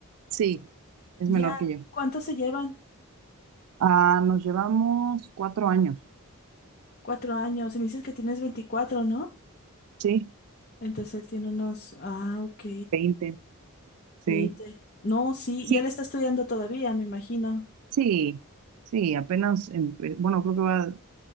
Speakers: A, on the right; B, on the left.
A: sí, es
B: Ya,
A: menor que yo.
B: ¿cuántos se llevan?
A: Ah, nos llevamos cuatro años,
B: Cuatro años, y me dices que tienes 24, ¿no?
A: sí,
B: Entonces él tiene unos, ah, ok.
A: veinte, sí,
B: 20, No, sí,
A: sí,
B: y él está estudiando todavía, me imagino.
A: sí, sí, apenas, empe- bueno, creo que va